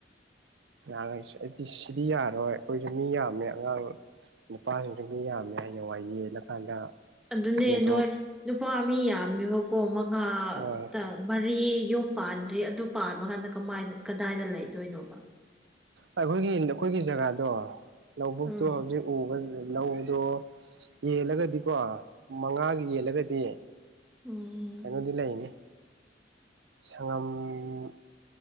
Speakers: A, on the right (about 80°); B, in the centre.
A: ꯌꯥꯔꯣꯏ ꯁꯤ ꯑꯩꯗꯤ ꯁꯤꯗꯤ ꯌꯥꯔꯣꯏ ꯑꯩꯈꯣꯏꯁꯨ ꯃꯤ ꯌꯥꯝꯃꯦ ꯑꯉꯥꯡ ꯅꯨꯄꯥꯁꯤꯡꯁꯨ ꯃꯤ ꯌꯥꯝꯃꯦ ꯍꯌꯦꯡꯋꯥꯏ ꯌꯦꯜꯂꯀꯥꯟꯗ
B: ꯑꯗꯨꯅꯦ
A: ꯌꯦꯟꯊꯣꯛ
B: ꯅꯣꯢ ꯅꯨꯄꯥ ꯃꯤ ꯌꯥꯝꯃꯦꯕꯀꯣ ꯃꯉꯥ
A: ꯑꯣ
B: ꯇ ꯃꯔꯤ ꯌꯨꯝ ꯄꯥꯟꯗ꯭ꯔꯤ ꯑꯗꯨ ꯄꯥꯟꯕ ꯀꯥꯟꯗ ꯀꯃꯥꯢꯗ ꯀꯗꯥꯢꯗ ꯂꯩꯗꯣꯢꯅꯣꯕ
A: ꯑꯩꯈꯣꯢꯒꯤ ꯑꯩꯈꯣꯢꯒꯤ ꯖꯒꯥꯗꯣ ꯂꯧꯕꯨꯛꯇꯣ
B: ꯎꯝ
A: ꯍꯧꯖꯤꯛ ꯎꯕ ꯂꯧꯗꯣ ꯌꯦꯜꯂꯒꯗꯤꯀꯣ ꯃꯉꯥꯒꯤ ꯌꯦꯜꯂꯒꯗꯤ
B: ꯎꯝ
A: ꯀꯩꯅꯣꯗꯤ ꯂꯩꯅꯤ ꯁꯉꯝ